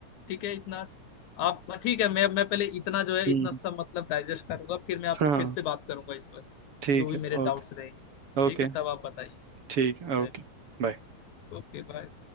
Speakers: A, on the left (about 75°); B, on the right (about 50°).
A: ठीक है इतना अच्छा। आप हाँ, ठीक है मैं मैं पहले इतना जो है
B: हम्म
A: इतना सब मतलब डाइजेस्ट करूंगा फिर मैं आपसे
B: हाँ
A: फिर से बात करूंगा इस पर
B: ठीक
A: जो भी
B: है
A: मेरे
B: ओके
A: डाउट्स रहेंगे ठीक
B: ओके
A: है तब आप बताइए
B: ठीक है
A: चलिए
B: ओके बाय
A: ओके बाय